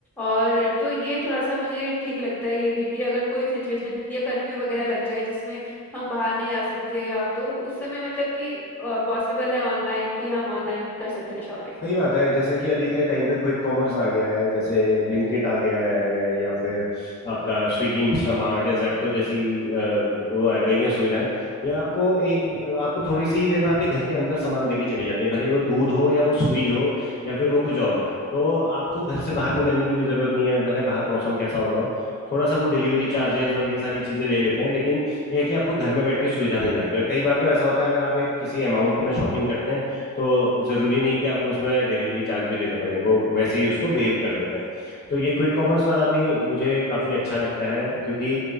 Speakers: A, in the centre; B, on the left.
A: और तो ये थोड़ा सा मुझे ठीक लगता है ये भी कि अगर कोई सिचुएशन या कर्फ्यू वगैरह लग जाए जिसमें हम बाहर नहीं जा सकते या तो उस समय मतलब कि पॉसिबल है ऑनलाइन कि हम ऑनलाइन कर सकते हैं शॉपिंग
B: सही बात है जैसे कि अभी के टाइम पे क्विक कॉमर्स आ गया है जैसे ब्लिंकिट आ गया है या फिर आपका स्विगी इंस्टामार्ट या जेप्टो जैसी अ, वो आ गई हैं सुविधाएं या आपको एक आपको थोड़ी सी ही देर में आपके घर के अंदर सामान देके चली जाती है भले ही वो दूध हो या वो सुई हो या फिर वो कुछ और तो आपको घर से बाहर निकलने की भी जरूरत नहीं है भले बाहर मौसम कैसा हो रहा हो थोड़ा सा वो डिलीवरी चार्जेस और ये सारी चीजें ले लेते हैं लेकिन यह है कि आपको घर में बैठ के सुविधा मिल जाती है और कई बार तो ऐसा होता है अगर आप एक किसी अमाउंट में शॉपिंग करते हैं तो ज़रूरी नहीं कि आपको उसमें डिलीवरी चार्ज भी देने पड़े वो वैसे ही उसको वेव
A: हम्म
B: कर देते हैं तो ये क्विक कॉमर्स वाला भी मुझे काफ़ी अच्छा लगता है क्योंकि